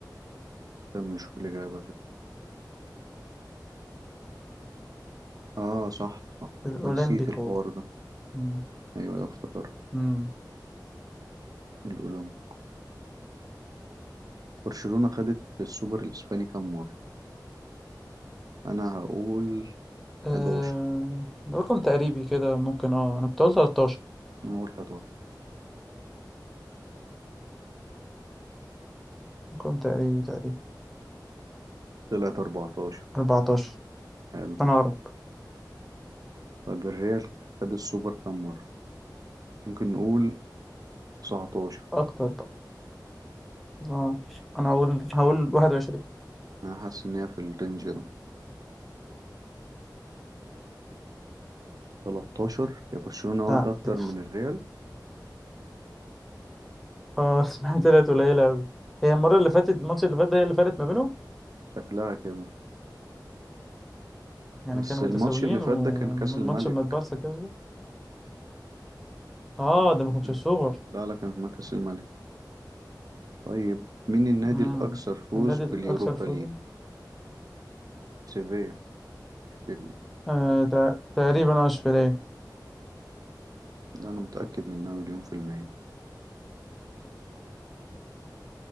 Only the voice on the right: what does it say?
استنى نشوف الإجابة كده آه صح صح
أنا نسيت الحوار ده
أيوة أيوة افتكرت
الأولمبيكو برشلونة خدت السوبر الإسباني كام مرة أنا هقول
11
أنا هقول 11
طلعت 14
حلو
طب الريال خد السوبر كام مرة ممكن نقول 19
انا حاسس ان هي في الرينج ده 13 يا برشلونة
واخدة اكتر
من الريال
شكلها كده
بس
الماتش
اللي فات
ده كان كأس الملك
الماتش
اللي
فات-
لا لا كان ما كأس الملك طيب مين النادي
الأكثر فوز
باليوروبا
ليج سيفيا اشبيليا
ده أنا متأكد منها مليون في المية